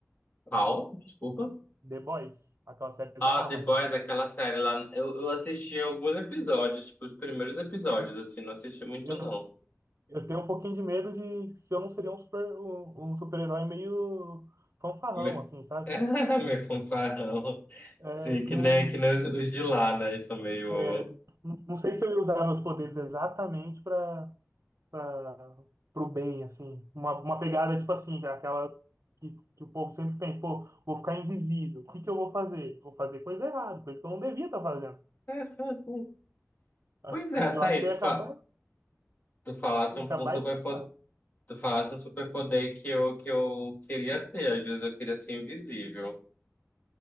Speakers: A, on the left; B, on the right.
A: Qual? Desculpa.
B: The Boys, aquela série
A: Ah,
B: da Amazon.
A: The Boys, aquela série lá. Eu, eu assisti alguns episódios, tipo, os primeiros episódios,
B: <laughs>
A: assim, não assisti muito,
B: Eu,
A: não.
B: eu tenho um pouquinho de medo de se eu não seria um super, um, um super-herói meio fanfarrão,
A: Me...
B: assim, sabe?
A: <laughs> Meio fanfarrão.
B: É,
A: Sim, que
B: não,
A: nem, que nem os, os de lá, né? Isso é meio.
B: é, não não sei se eu ia usar meus poderes exatamente para para pro bem, assim. Uma, uma pegada, tipo assim, aquela que, que o povo sempre pensa, pô, vou ficar invisível. O que que eu vou fazer? Vou fazer coisa errada, coisa que eu não devia estar fazendo.
A: <laughs>
B: <laughs>
A: Pois é, tá
B: Eu acho
A: aí.
B: que
A: Tu,
B: eu ia
A: fa...
B: acabar,
A: tu falasse
B: ia
A: um,
B: acabar
A: um superpoder.
B: infectado.
A: Tu falasse um superpoder que eu, que eu queria ter. Às vezes eu queria ser invisível.